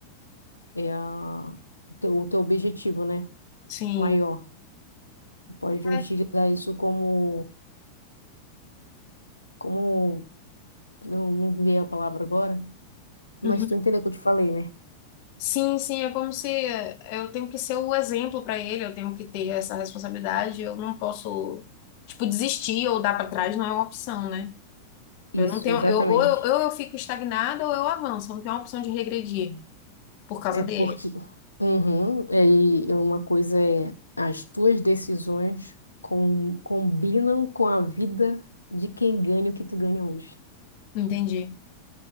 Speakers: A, on the left (about 80°); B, on the left (about 45°).
A: é a, o teu, o teu objetivo, né?
B: Sim.
A: Maior. Tu Pode utilizar
B: É.
A: isso como, como, não, não veio a palavra agora, mas
B: Uhum.
A: tu entendeu o que eu te falei, né?
B: Sim, sim, é como se eh, eu tenho que ser o exemplo para ele, eu tenho que ter essa responsabilidade, eu não posso, tipo, desistir ou dar para trás, não é uma opção, né?
A: Isso,
B: Eu não tenho,
A: exatamente.
B: eu, ou eu, ou eu fico estagnada ou eu avanço, eu não tenho a opção de regredir por causa
A: É
B: dele.
A: porque uhum, é, e é uma coisa é as tuas decisões com- combinam com a vida de quem ganha o que tu ganha hoje,
B: Entendi,